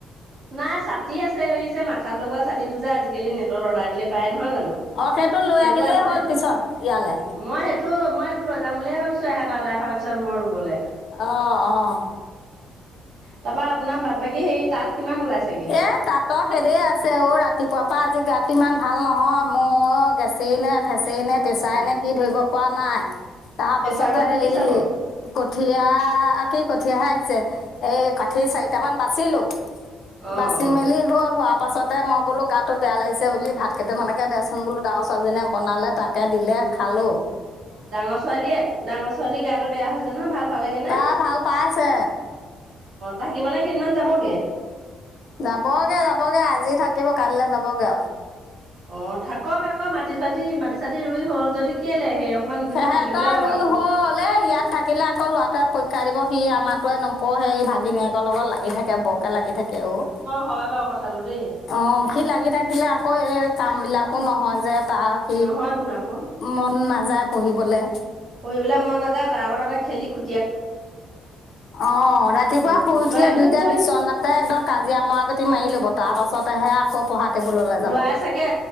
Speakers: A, on the right (about 65°); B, on the left (about 65°).
A: নাই ছাতি আছে হেৰি যে মাথাত লগোৱা ছাতিটো যে আজিকালি নেটত অৰ্ডাৰ দিলে পায়। নহয় জানো
B: অ লৈ
A: সেইটো
B: আহিলেই
A: আছে
B: হ'ল পিছত ইয়ালে
A: মই সেইটো তো মই সেইটো লৈ যাম বুলিহে ভাবিছোঁ এহতৰ আদাই হোৱাৰ পিছত মই ৰুবলে।
B: অ', অ'।
A: তাৰ পৰা আপোনাৰ বাদবাকী হেৰি তাত কিমান ওলাইছেগে?
B: এ তাতৰ হেৰি আছে অ', ৰাতিপুৱা পৰা আজি ইমান ভাল নহয় মোৰ গেছে নে ফেচে নে প্ৰেছাৰ
A: অ
B: নে কি ধৰিব পৰা নাই। তাৰ
A: প্ৰেছাৰটো
B: পাছতে
A: জুখি
B: হেৰি
A: চাব
B: কঠিঁয়া কি কঠিঁয়াহে আহিছে। এই কাঠিৰ চাৰিটামান বাচিলো।
A: অ
B: বাচি
A: অ
B: মেলি হ'ল হোৱাৰ পাছতে মই বোলো গাটো বেয়া লাগিছে বুলি ভাতকেইটা মানেকে দেচোন বোলো ডাঙৰ ছো ছোৱালীজনীয়ে বনালে তাকে দিলে খালো।
A: ডাঙৰ ছোৱালীয়ে ডাঙৰ ছোৱালীৰ গাটো বেয়া হৈছিলে নহয় ভাল পালেগে নে।
B: তাই
A: অ',
B: ভাল পাইছে
A: থাকিব নে কেইদিনমান যাবগে।
B: যাবগে যাবগে আজি থাকিব কাইলৈ যাবগে।
A: অ', থাকক আকৌ মাটি চাতি মাটি চাতি ৰুই হল যদি কেলে সেই অকমান দুদিনমান
B: সেহেঁতৰ
A: থাকিবলৈ কওক
B: ৰুই
A: আপুনি
B: হ'ল এ ইয়াত থাকিলে আকৌ ল'ৰাটোৱে পই শিকাই দিব সি আমাৰটোৱে নপঢ়ে সেই ভাগিনীয়েকৰ লগত লাগি থাকে ব লাগি থাকে অ',
A: হয় বাৰু কথাটো দেই
B: অ', সি লাগি থাকিলে আকৌ এই কাম বিলাক একো নহয় যে তাৰ, সি
A: নহয়তোন আকৌ
B: মন নাযায় পঢ়িবলে।
A: পঢ়িবলৈ মন নাযায় তাৰ লগতে খেলি খু
B: অ', ৰাতিপুৱা
A: উম
B: শুই উঠিয়ে
A: লৰাই
B: দুইটা
A: খুব পঢ়ি
B: বিচনাতে একদম কাজিয়া মৰা গতি মাৰি ল'ব তাৰ পাছতেহে আক পঢ়া টেবুললে
A: ল'ৰাই
B: যাব।
A: চাগে